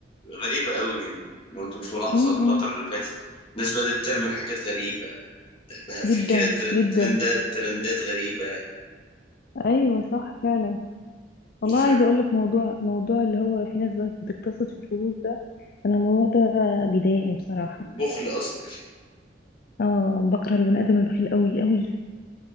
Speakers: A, on the left; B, on the left.
A: غريبة قوي يعني لو انت مش ملاحظة
B: امم
A: الفترة اللي فاتت الناس بدأت تعمل حاجات غريبة بقى في
B: جدا
A: كده ترن-
B: جدا
A: ترندات ترندات غريبة
B: ايوه صح فعلا والله
A: انت فاهم
B: عايزه اقول لك موضوع موضوع اللي هو في ناس بقى بتقتصد في الفلوس ده انا الموضوع ده بيضايقني بصراحه
A: بخل قصدك
B: اه بكره البني ادم البخيل قوي قوي